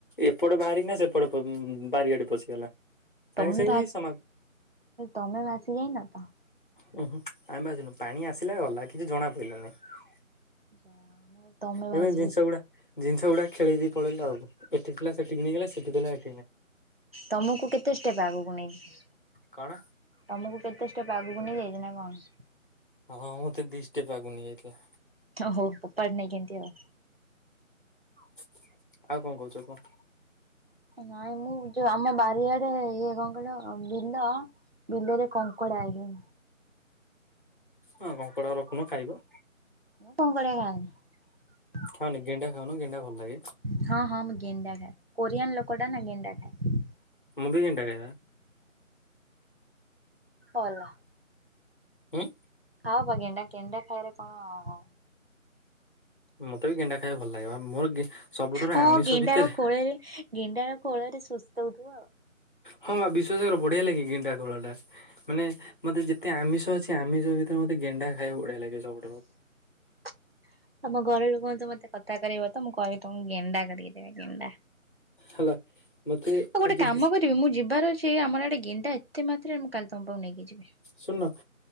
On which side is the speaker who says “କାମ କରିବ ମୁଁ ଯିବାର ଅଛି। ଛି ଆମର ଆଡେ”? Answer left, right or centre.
Right